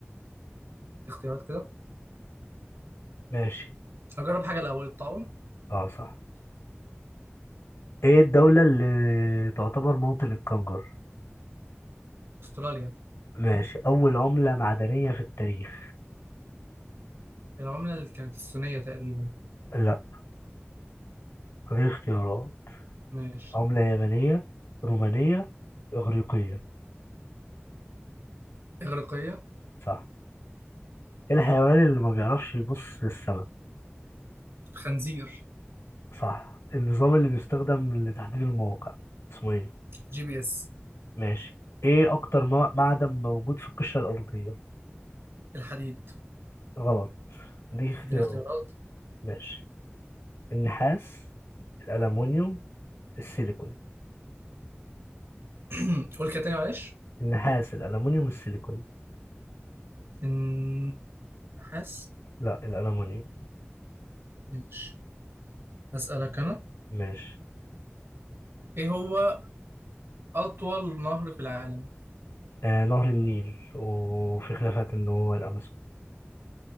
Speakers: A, on the right; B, on the left.
A: اختيارات كده
B: ماشي
A: هجرب حاجة الأول الطاعون
B: اه صح ايه الدولة اللي تعتبر موطن الكنجر؟
A: أستراليا
B: ماشي أول عملة معدنية في التاريخ
A: العملة اللي كانت الصينية تقريبا
B: لا غير اختيارات
A: ماشي
B: عملة يابانية رومانية إغريقية
A: إغريقية
B: صح إيه الحيوان اللي ما بيعرفش يبص للسماء
A: خنزير
B: صح النظام اللي بيستخدم لتحديد المواقع اسمه ايه؟
A: جي بي إس
B: ماشي ايه أكتر مع- معدن موجود في القشرة الأرضية؟
A: الحديد
B: غلط دي اختيارات
A: اديني اختيارات
B: ماشي النحاس الألمونيوم السيليكون
A: <clears throat> قول كده تاني معلش
B: النحاس الألمونيوم السيليكون
A: النحاس
B: لا الألمونيوم
A: ماشي هسألك أنا
B: ماشي
A: إيه هو أطول نهر في العالم؟
B: آه نهر النيل وفي خلافات إن هو الأمازون